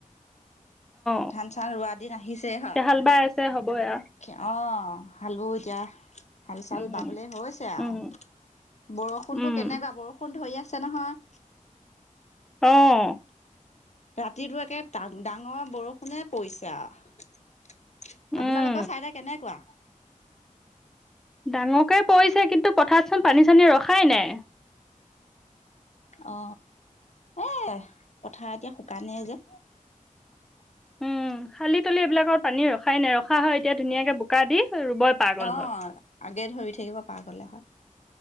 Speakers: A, in the centre; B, on the left.
A: অ
B: ধান চান ৰোৱা দিন আহিছে হয়?
A: এতিয়া হাল বাই আছে হ'বই আৰু
B: অ অ খালোঁ এতিয়া। হাল চাল
A: উম
B: বাবলে হৈছে আও,
A: উম
B: বৰষুণতটো
A: উম
B: কেনেকুৱা? বৰষুণ ধৰি আছে- আছে নহয়।
A: অঁ
B: ৰাতিটো একে- ডাঙৰ বৰষুণে পৰিছে কা
A: উম
B: আপোনালোকৰ চাইদে কেনেকুৱা?
A: ডাঙৰকে পৰিছে কিন্তু পথাৰতচোন পানী চানী ৰখাই নাই।
B: অ, এ পথাৰ এতিয়া শুকানেই যে।
A: উম খালি তলি এইবিলাকত পানী ৰখাই নাই, ৰখা হয় এতিয়া ধুনীয়াকে বোকা দি। ৰুবই পৰা গ'ল
B: অ
A: হয়
B: আগে ধৰি থাকিব পাৰ গলে হয়,